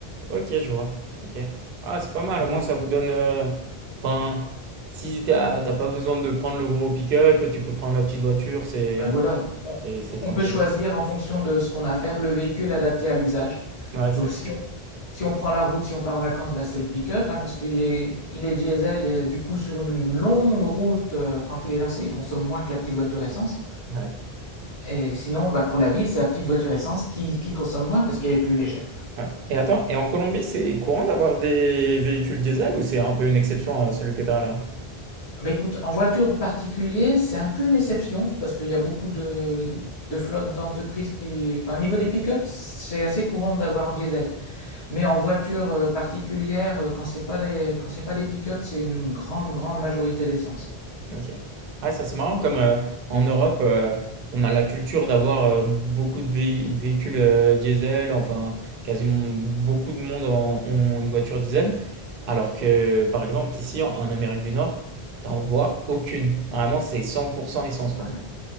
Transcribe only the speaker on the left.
Donc
Ben voilà, on,
on peut choisir en fonction de ce qu'on a à faire, le véhicule adapté à l'usage.
Donc
si on, si on prend la route, si on part en vacances, ben c'est le pick-up, hein, parce qu'il est, il est diesel, et du coup sur une longue route, euh, quand il est lancé, il consomme moins que la petite voiture essence.
Et sinon, bah, pour la ville, c'est la petite voiture essence qui, qui consomme moins parce qu'elle est plus légère.
Mais écoute, en voiture particulier, c'est un peu une déception parce qu'il y a beaucoup de, de flottes d'entreprises qui. Enfin, au niveau des pick-ups, c'est assez courant d'avoir en diesel. Mais en voiture euh, particulière, euh, quand c'est pas des, quand c'est pas des pick-up, c'est une grande, grande majorité d'essence.
Ouais, mais,